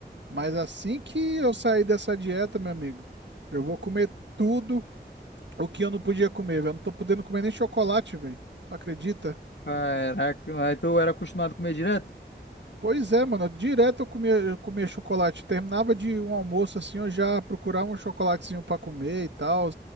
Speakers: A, on the right; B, on the left.
A: Mas assim que eu sair dessa dieta, meu amigo, eu vou comer tudo o que eu não podia comer, velho. Eu não tô podendo comer nem chocolate, velho. Tu acredita?
B: Caraca, mas tu era acostumado a comer direto?
A: Pois é, mano. Direto eu comia, eu comia chocolate. Terminava de um almoço assim, eu já procurava um chocolatezinho pra comer e tal.